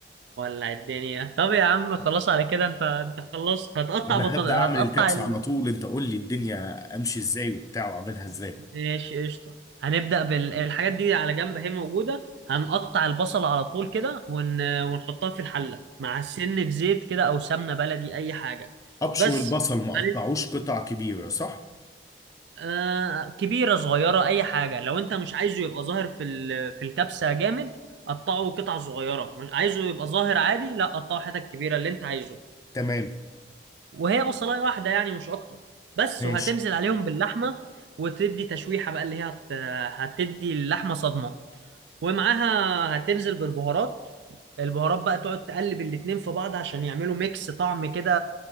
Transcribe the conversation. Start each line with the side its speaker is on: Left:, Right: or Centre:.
Right: ولع الدنيا طب يا عم خلاص على كده انت انت خلصت هتقطع
Left: انا
Right: بطل...
Left: هبدأ
Right: هتقطع
Left: اعمل الكبسة على طول انت قول لي الدنيا امشي ازاي وبتاع واعملها ازاي
Right: ماشي قشطة هنبدأ بالحاجات دي على جنب هي موجودة هنقطع البصل على طول كده ون... ونحطها في الحلة مع سنة زيت كده أو سمنة بلدي أي حاجة
Left: ابشر
Right: بس
Left: البصل ما
Right: وبعدين
Left: اقطعوش قطع كبيرة صح
Right: آه... كبيرة صغيرة أي حاجة لو أنت مش عايزه يبقى ظاهر في ال... في الكبسة جامد قطعه قطع صغيرة مش عايزه يبقى ظاهر عادي لا قطعه حتت كبيرة اللي أنت عايزه
Left: تمام
Right: وهي بصلاية واحدة يعني مش أكتر بس
Left: ماشي
Right: وهتنزل عليهم باللحمة وتدي تشويحة بقى اللي هي هت... هتدي اللحمة صدمة ومعاها هتنزل بالبهارات البهارات بقى تقعد تقلب الاتنين في بعض عشان يعملوا ميكس طعم كده